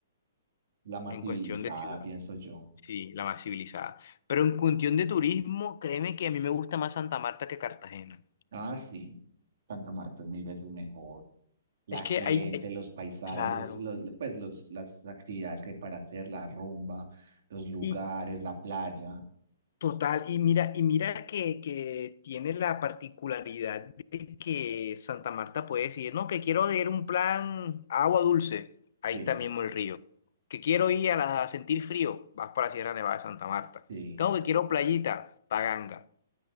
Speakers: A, on the right (about 65°); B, on the left (about 65°).
A: la más
B: en
A: civilizada,
B: cuestión de ciudad.
A: pienso yo.
B: Sí, la más civilizada. Pero en cuestión de turismo, créeme que a mí me gusta más Santa Marta que Cartagena.
A: Ah, sí, Santa Marta es mil veces mejor. La
B: Es que
A: gente,
B: hay, hay-
A: los paisajes,
B: claro.
A: los, los- pues los, las actividades que hay para hacer, la rumba, los lugares,
B: Y,
A: la playa.
B: Total, y mira, y mira que, que tiene la particularidad de que Santa Marta puede decir, no, que quiero ir a un plan agua dulce, ahí
A: Sí,
B: está mismo el río. Que quiero ir a, la- a sentir frío, vas para la Sierra Nevada de Santa Marta.
A: sí.
B: Tengo que quiero playita, Paganga.